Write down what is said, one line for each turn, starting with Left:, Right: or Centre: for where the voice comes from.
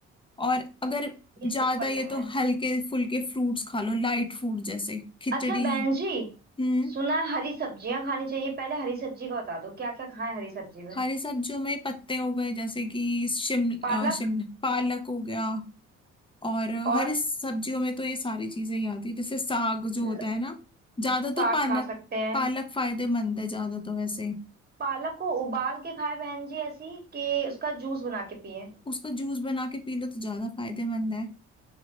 Left: और अगर
Right: ये
Left: ज्यादा
Right: तो कर
Left: ये
Right: लेंगे
Left: तो हल्के फुल्के फ्रूट्स खा लो लाइट फूड जैसे खिचड़ी
Right: अच्छा बहन जी
Left: हम्म
Right: सुना है हरी सब्जियां खानी चाहिए पहले हरी सब्जी का बता दो क्या क्या खाएं हरी सब्जी में
Left: हरी सब्जियों में पत्ते हो गए जैसे कि शिमला
Right: पालक
Left: शिमला पालक हो गया और
Right: और
Left: हरी सब्जियों में तो ये सारी चीजें ही आती है जैसे साग जो
Right: ल-
Left: होता है ना ज्यादा
Right: साग
Left: तो पालक
Right: खा सकते हैं
Left: पालक फायदेमंद है ज्यादा तो वैसे
Right: पालक को उबाल के खाएं बहन जी ऐसी कि उसका जूस बना के पिए
Left: उसका जूस बना के पी लो तो ज्यादा फायदेमंद है